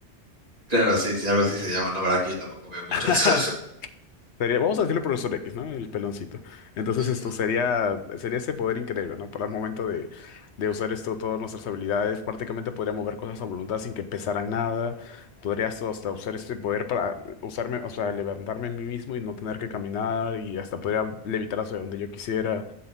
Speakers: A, on the right; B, on the left.
A: Claro, sí, sí, algo así se llama, no, verdad que yo tampoco veo mucho
B: <laughs>
A: eso.
B: Sería, vamos a decirle profesor X, ¿no? El peloncito.
A: <laughs>
B: Entonces
A: Ujú.
B: esto sería, sería ese poder increíble, ¿no? Para el momento de, de usar esto, todas nuestras habilidades, prácticamente podría mover cosas a voluntad sin que pesaran nada. Podrías hasta usar este poder para usarme, o sea, levantarme a mí mismo y no tener que caminar y hasta podría levitar hacia donde yo quisiera.